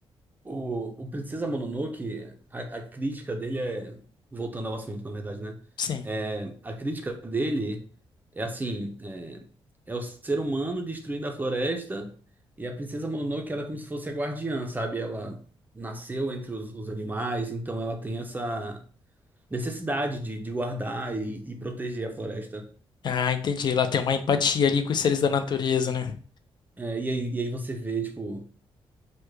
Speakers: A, on the right; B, on the left.
A: O, o Princesa Mononoke, a, a crítica dele é. Voltando ao assunto, na verdade, né?
B: Sim.
A: É, a crítica dele é assim: é, é o ser humano destruindo a floresta e a Princesa Mononoke, ela é como se fosse a guardiã, sabe? Ela nasceu entre os, os animais, então ela tem essa necessidade de, de guardar e, e proteger a floresta.
B: Ah, entendi. Ela tem uma empatia ali com os seres da natureza, né?
A: É, e aí, e aí você vê, tipo.